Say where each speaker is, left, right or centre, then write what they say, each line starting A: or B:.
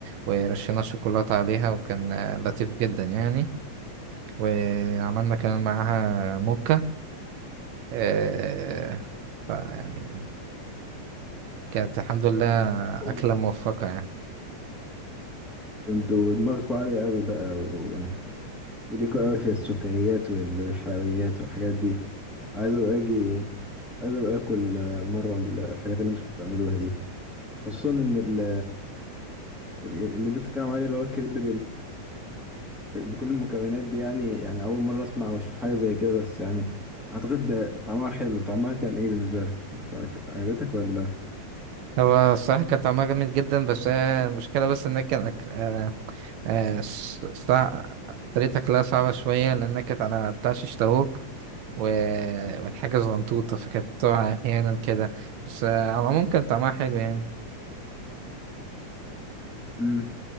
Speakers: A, on the right (about 70°); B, in the centre.
A: ورشينا شوكولاتة عليها وكان آه، لطيف جدا يعني وعملنا كمان معاها موكا آه، فيعني كانت الحمد لله أكلة
B: أوه. ده
A: موفقة يعني
B: انتوا دماغكوا عالية قوي بقى و... وليكوا قوي في السكريات وال- والحلويات والحاجات دي عايز ابقى اجي عايز ابقى اكل آه، مرة ال- الحاجات اللي انتوا بتعملوها دي خصوصا ان ال... ال- اللي انت بتتكلم عليه اللي هو الكريب ب- بكل المكونات دي يعني يعني أول مرة أسمع وأشوف حاجة زي كده بس يعني أعتقد ده طعمها حلو طعمها كان إيه بالنسبة لك؟ كانت كانت عجبتك ولا؟
A: هو الصراحة كان طعمها جميل جدا بس هي المشكلة بس إن هي كان أكل آه، ص- صع... طريقة أكلها صعبة شوية لأنها كانت على بتاع شيش طاووق و... والحاجة زغنطوطة فكانت تقع أحيانا كده بس آه، على العموم كان طعمها حلو يعني
B: مم.